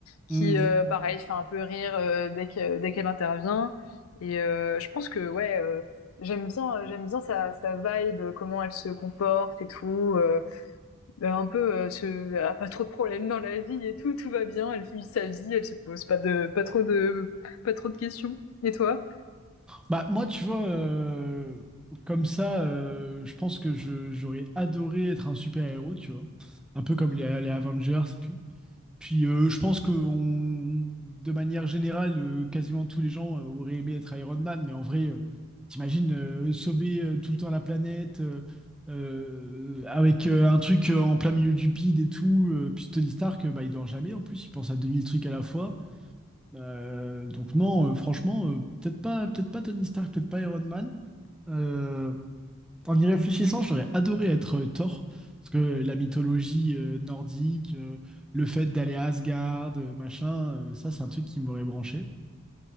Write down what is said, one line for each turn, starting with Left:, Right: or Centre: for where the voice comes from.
Left: qui
Centre: Hmm.
Left: euh, pareil fait un peu rire euh, dès que dès qu'elle intervient et euh, je pense que ouais euh, j'aime bien j'aime bien sa sa vibe comment elle se comporte et tout euh, bah, un peu, heu, ce elle a pas trop de problèmes dans la vie et tout, tout va bien, elle vit sa vie, elle se pose pas de pas trop de pas trop de questions. Et toi?
Centre: Bah, moi, tu vois, euh, comme ça, euh, je pense que je- j'aurais adoré être un super-héros, tu vois. Un peu comme les, les Avengers et tout. Puis euh, je pense que on- de manière générale, euh, quasiment tous les gens euh, auraient aimé être Iron Man, mais en vrai, euh, t'imagines euh, sauver euh, tout le temps la planète euh, euh, avec euh, un truc euh, en plein milieu du bide et tout. euh, puis Tony Stark, euh, bah, il dort jamais en plus, il pense à 2000 trucs à la fois. Euh, donc non, euh, franchement, euh, peut-être pas, peut-être pas Tony Stark, peut-être pas Iron Man. Euh, en y réfléchissant, j'aurais adoré être euh, Thor, parce que la mythologie euh, nordique, euh, le fait d'aller à Asgard, euh, machin, euh, ça c'est un truc qui m'aurait branché.